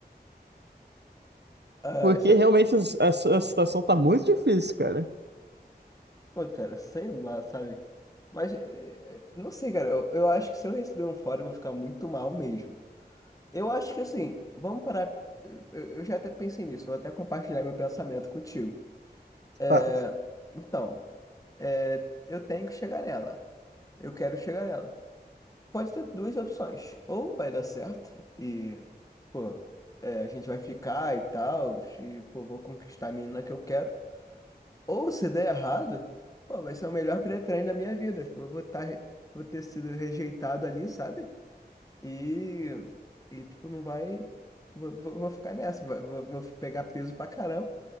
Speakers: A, on the left; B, on the right.
A: ah
B: Porque realmente a, a- a situação tá muito difícil, cara.
A: Pô, cara, sei lá, sabe? Mas, eh, eh, não sei, cara, eu, eu acho que se eu receber um fora, eu vou ficar muito mal mesmo. Eu acho que, assim, vamos parar. Eu, eu- eu já até pensei nisso, vou até compartilhar meu pensamento contigo. É,
B: Tá.
A: então, é, eu tenho que chegar nela. Eu quero chegar nela. Pode ter duas opções. Ou vai dar certo e, pô, é, a gente vai ficar e tal, e, pô, vou conquistar a menina que eu quero. Ou se der errado, pô, vai ser o melhor pré-treino da minha vida. Tipo, Eu vou estar, vou ter sido rejeitado ali, sabe? E, e tipo, não vai. Vou, vou- vou ficar nessa, vai- vou, vou pegar peso pra caramba